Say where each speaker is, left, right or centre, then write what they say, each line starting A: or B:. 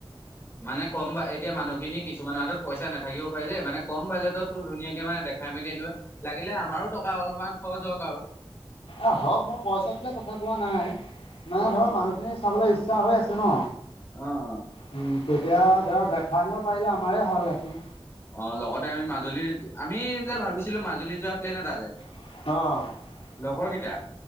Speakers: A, on the left; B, on the left.
A: মানে কম বা এতিয়া মানুহখিনিক কিছুমানৰ হাতত পইা নাথাকিব পাৰে যে মানে কম বাজেটতো ধুনীয়াকে মানেখাই মেলিনিব লাগ লাগিলে আমাৰো টকা অলপমান খৰচ হওক আৰু।
B: এ হওক মই পইচা তোলে কথা কোৱা নাই। মানে
A: অ
B: ধৰ
A: অ
B: মানুহখিনি চাবলৈ ইচ্ছা হৈ আছে <inaudible>
A: অ' অ'
B: উম তেতিয়া ধৰক দেখা আনিব পাৰিলে আমাৰে ভাল <unintelligible>
A: অ' লগতে আমি মাজুলীৰ আমি যে ভাবিছিলো মাজুলী যোৱা প্লেন এটা
B: অ'
A: লগৰকেইটা।